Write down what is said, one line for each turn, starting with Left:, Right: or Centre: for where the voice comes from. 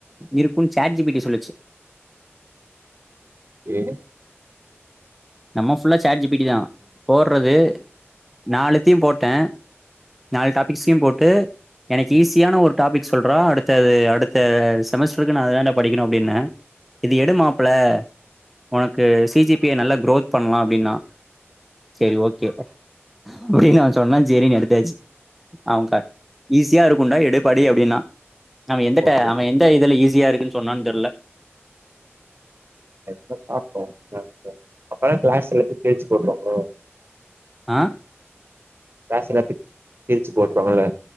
Centre: இருக்கும்ன்னு சாட் ஜிபிடி சொல்லுச்சு
Right: ஏ
Centre: நம்ம ஃபுல்லா சாட் ஜிபீட்டி தான் போடுறது நாலுத்தீயும் போட்டேன் நாலு டாபிக்சையும் போட்டு எனக்கு ஈஸியான ஒரு டாபிக் சொல்றா அடுத்தது அடுத்த செமஸ்டருக்கு நா அதாதான்டா படிக்கணும் அப்படின்ன இது எடு மாப்பள உனக்கு சிஜிபியே நல்ல பண்லாம் அப்படின்னா சரி ஓகே அப்படின்னு அவன் சொன்னா சேரினு எடுத்தாச்சு <unintelligible> ஈஸியா இருக்கும்ண்டா எடுபடி அப்படின்னா அவன் எந்த
Right: ஓகே
Centre: ட அவன் எந்த இதுல ஈஸ் ஸ்யா இருக்குன்னு சொன்னான்னு தெரியல
Right: சாப்டோ கிளாஸ்ல அப்பல்லா கிளாஸ்ல <unintelligible> போட்டோம்
Centre: ஆ
Right: க்லஸ் எல்லாத்து கிழிச்சு போட்டு வந்துருங்க